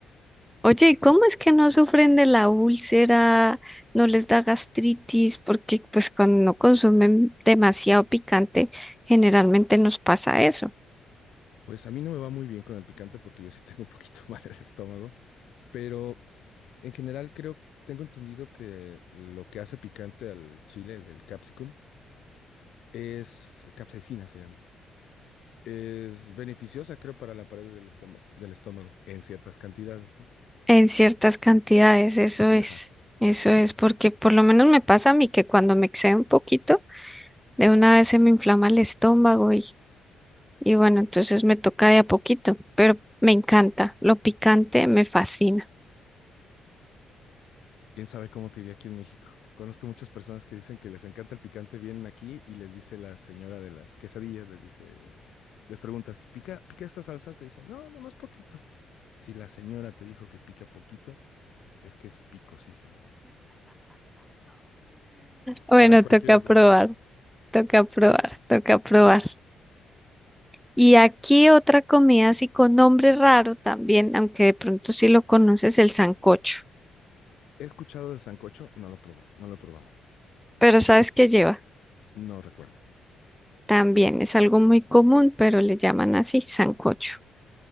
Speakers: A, in the centre; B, on the left.
A: Oye, ¿y cómo es que no sufren de la úlcera, no les da gastritis? Porque pues cuando no consumen demasiado picante, generalmente nos pasa eso.
B: Pues a mí no me va muy bien con el picante porque yo sí <laughs> tengo un poquito <laughs> mal el estómago, pero en general creo, tengo entendido que lo que hace picante al chile, el, el capsicum, es capsaicina se llama. Es beneficiosa, creo, para la pared del estómago, del estómago, en ciertas cantidades, ¿no?
A: En ciertas cantidades, eso
B: Ajá.
A: es, eso es, porque por lo menos me pasa a mí que cuando me excedo un poquito, de una vez se me inflama el estómago Y bueno, entonces me toca de a poquito, pero me encanta. Lo picante me fascina. <laughs>
B: Quién sabe cómo te iría aquí en México. Conozco muchas personas que dicen que les encanta el picante, vienen aquí y les dice la señora de las quesadillas, les dice, les preguntas, ¿pica, pica esta salsa? Te dicen, no, nomás poquito. Si la señora te dijo que pica poquito, es que es picosísima.
A: Bueno,
B: Para cualquier
A: toca
B: otra
A: probar,
B: persona.
A: toca probar, toca probar. Y aquí otra comida así con nombre raro también, aunque de pronto sí lo conoces, el sancocho.
B: He escuchado del sancocho, no lo probó, no lo he probado,
A: Pero ¿sabes qué lleva?
B: no recuerdo.
A: También es algo muy común, pero le llaman así, sancocho.